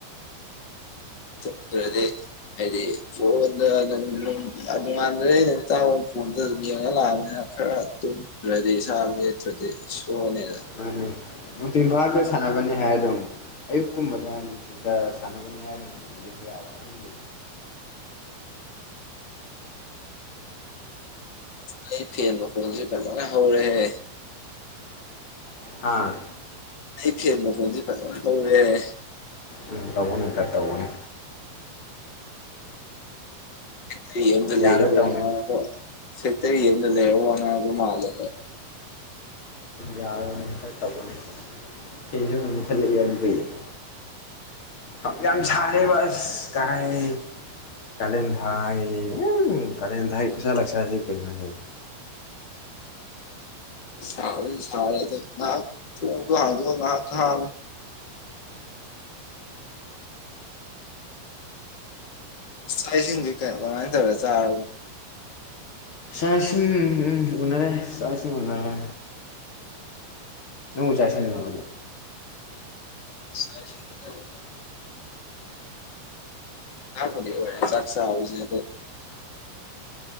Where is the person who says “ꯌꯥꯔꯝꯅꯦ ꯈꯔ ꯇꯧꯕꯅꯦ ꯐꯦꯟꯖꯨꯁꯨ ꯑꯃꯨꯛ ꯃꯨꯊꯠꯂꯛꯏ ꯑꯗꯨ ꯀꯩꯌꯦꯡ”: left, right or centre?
Left